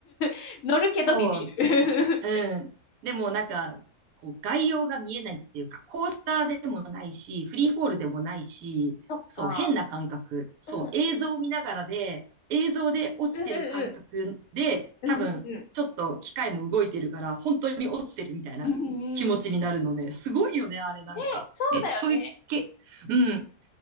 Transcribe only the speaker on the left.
<laughs> 乗るけどビビる。
<laughs> そっか。
うん、うん、
うん、うん、
うん、
うん、うん、うん、うん、うん
ねえ、そうだよね。